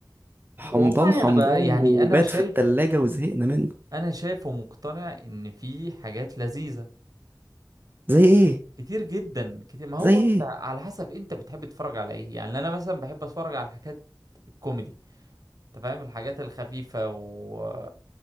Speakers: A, on the right; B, on the right.
A: حمضان
B: والله
A: حمضان
B: انا بقى يعني
A: وبات
B: انا شايف
A: في التلاجة وزهقنا منه
B: انا شايف ومقتنع ان في حاجات لذيذة
A: زي ايه
B: كتير جدا كتير ما هو
A: زي ايه
B: انت على حسب انت بتحب تتفرج على ايه يعني انا مثلا بحب اتفرج على الحاجات الكوميدي انت فاهم الحاجات الخفيفة و...